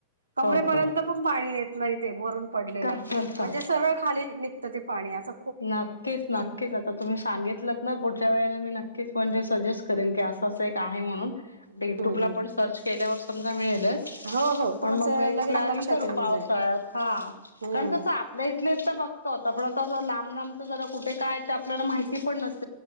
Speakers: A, on the right; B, on the left.
A: कमरेपर्यंत
B: हो का
A: पण पाणी येत नाही ते वरून पडलेलं,
B: काय बोलता
A: म्हणजे सरळ खाली निघतं ते पाण्याचं
B: नाग तेच नाग तेचं जातात. तर तुम्ही सांगितलंत ना पुढच्या वेळेला मी नक्कीचं, म्हणजे सजेस्ट करेन की असं असं एक आहे म्हणूनं.
A: हम्म
B: ते युट्यूबला
A: हम्
B: पण सर्च केल्यावर समजा मिळेलचं.
A: हो हो तुमचं
B: आणि मग एक
A: लगेच
B: प्लॅनिंग
A: लक्षात
B: करू
A: येऊन
B: पावसाळ्यात
A: जाईल
B: हा
A: हम्म
B: कारण कसं आपण इथल्या इथत बघतो आता पण आता जरा लांब लांबच जरा कुठे काय ते आपल्याला माहिती पण नसतं.